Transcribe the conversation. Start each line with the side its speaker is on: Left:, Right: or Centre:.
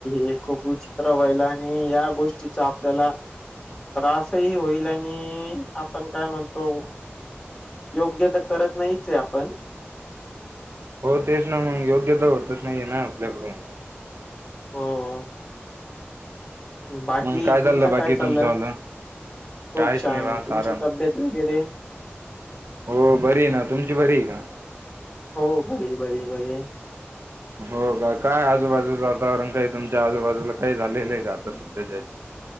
Left: हे खूप विचित्र व्हालाय. हम्म या गोष्टीचा आपल्याला, त्रास ही होईल. आणि आपण काय म्हणतो योग्य तर, करत नाहीचे आपण.
Right: हो तेच ना, मग योग्य तर होतच नाहीये. ना आपल्याकडून
Left: <unintelligible> बाकी
Right: मग
Left: तुमचं
Right: चाललं बाकी
Left: काय चालं.
Right: तुमचंवालं
Left: खूप
Right: काहीच
Left: छान
Right: नाही बस
Left: तुमची
Right: आराम
Left: तब्येत वगैरे,
Right: हो बरी ना, तुमची बरी का
Left: हो, बरी बरी बरी.
Right: हो, का काय आजूबाजूचं वातावरण काही तुमच्या आजूबाजूला काही झालेलं आहे का, आता सध्याच्या हे जात.